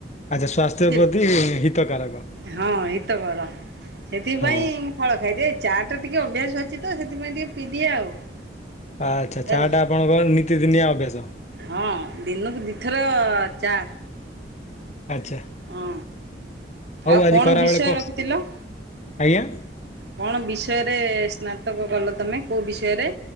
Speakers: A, on the left (about 40°); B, on the right (about 70°).
A: ଆଚ୍ଛା ସ୍ୱାସ୍ଥ୍ୟ
B: ବୁଝିଲେ
A: ପ୍ରତି ହିତକାରକ।
B: ହଁ ହିତ କର। ସେଥିପାଇଁ
A: ହଁ।
B: ମୁଁ ଫଳ ଖାଇଦିଏ ଚା ଟା ଟିକେ ଅଭ୍ୟାସ ଅଛି ତ ସେଥିପାଇଁ ଟିକେ ପିଇଦିଏ ଆଉ। <inaudible>
A: ଆଚ୍ଛା
B: ହେଲା
A: ଚା ଟା ଆପଣଙ୍କ ନିତିଦିନିଆ ଅଭ୍ୟାସ।
B: ହଁ ଦିନକୁ ଦିଥର ଚା।
A: ଆଚ୍ଛା।
B: ହଁ। ଆଉ
A: ଆଜି
B: କଣ
A: ଖରାବେଳେ
B: ବିଷୟ
A: କ
B: ରଖିଥିଲ?
A: ଆଜ୍ଞା
B: କଣ ବିଷୟରେ ସ୍ନାତକ କଲ ତମେ କଉ ବିଷୟରେ?